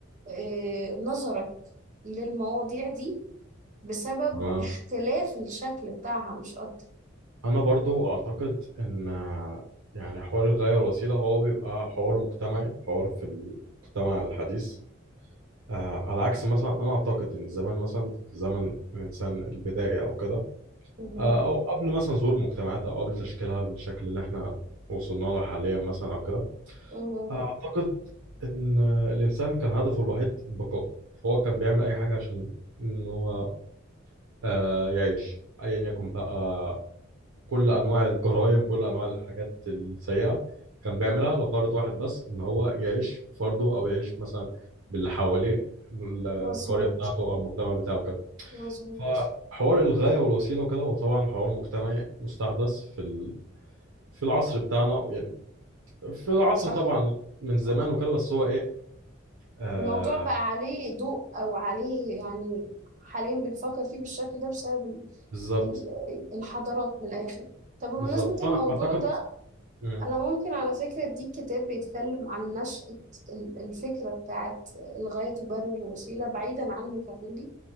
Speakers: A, on the right (about 35°); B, on the right (about 90°).
A: آه، نظرك للمواضيع دي بسبب
B: تمام
A: اختلاف الشكل بتاعها مش أكتر
B: أنا برضو أعتقد إن آه، يعني حوار الغاية والوسيلة هو بيبقى حوار مجتمعي حوار في المجتمع الحديث آه على عكس مثلا انا اعتقد ان زمان مثلا في زمن الانسان البدائي او كده
A: مهو.
B: آه او قبل مثلا ظهور مجتمعات او قبل تشكيلها بالشكل اللي احنا وصلنا له حاليا مثلا او كده
A: مهو.
B: آه، اعتقد ان الانسان كان هدفه الوحيد البقاء فهو كان بيعمل اي حاجه عشان ان هو آه يعيش ايا يكن بقى كل انواع الجرائم كل انواع الحاجات السيئه كان بيعملها لغرض واحد بس ان هو يعيش بفرده او يعيش مثلا باللي حواليه القريه
A: مظبوط
B: بتاعته او المجتمع بتاعه كده
A: مظبوط
B: فحوار الغايه والوسيله وكده هو طبعا حوار مجتمعي مستحدث في ال... في العصر بتاعنا يعني في العصر
A: صح
B: طبعا من
A: صح
B: زمان وكده بس هو ايه آه
A: الموضوع بقى عليه ضوء او عليه يعني حاليا بنفكر فيه بالشكل ده بسبب ال-
B: بالظبط
A: ال- الحضارات من الاخر طب بمناسبة
B: بالظبط فانا
A: الموضوع
B: اعتقد
A: ده
B: مم.
A: انا ممكن على فكرة اديك كتاب بيتكلم عن نشأة ال- الفكرة بتاعت الغاية تبرر الوسيلة بعيدا عن ميكافيلي